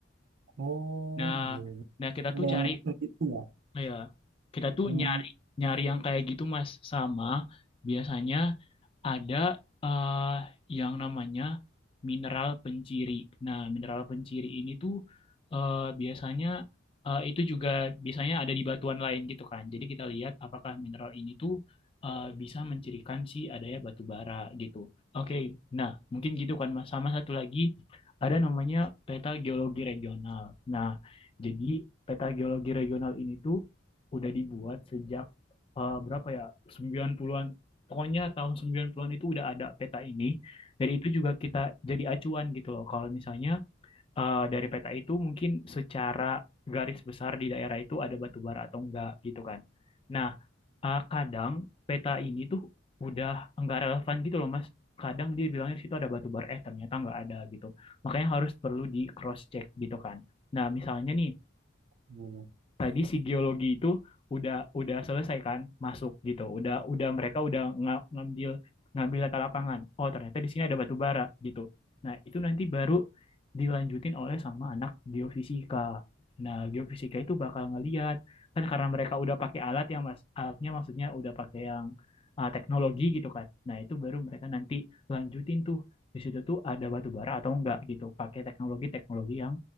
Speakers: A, on the right; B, on the left.
A: Oh,
B: Nah,
A: iya. iya.
B: nah kita
A: Ada
B: tuh
A: yang
B: cari,
A: muncul gitu ya?
B: ya, kita tuh
A: Hmm,
B: nyari, nyari yang kayak gitu Mas. Sama biasanya ada eh, yang namanya mineral penciri. Nah, mineral penciri ini tuh eh, biasanya eh, itu juga biasanya ada di batuan lain gitu kan. Jadi kita lihat apakah mineral ini tuh eh, bisa mencirikan si adanya batu bara gitu. Oke, nah mungkin gitu kan Mas. Sama satu lagi ada namanya peta geologi regional. Nah, jadi peta geologi regional ini tuh udah dibuat sejak eh, berapa ya? 90-an Pokoknya tahun 90-an itu udah ada peta ini. Dari itu juga kita jadi acuan gitu loh. Kalau misalnya eh, dari peta itu mungkin secara garis besar di daerah itu ada batu bara atau enggak gitu kan. Nah, eh, kadang peta ini tuh udah enggak relevan gitu loh Mas. Kadang dia bilangnya di situ ada batu bara, eh ternyata enggak ada gitu. Makanya harus perlu di cross check gitu kan. Nah, misalnya nih
A: iya.
B: tadi si geologi itu udah udah selesai kan masuk gitu udah udah mereka udah nga- ngambil ngambil data lapangan oh ternyata di sini ada batu bara gitu nah itu nanti baru dilanjutin oleh sama anak geofisika nah geofisika itu bakal ngeliat kan karena mereka udah pakai alat yang mas alatnya maksudnya udah pakai yang uh, teknologi gitu kan nah itu baru mereka nanti lanjutin tuh di situ tuh ada batu bara atau enggak gitu pakai teknologi-teknologi yang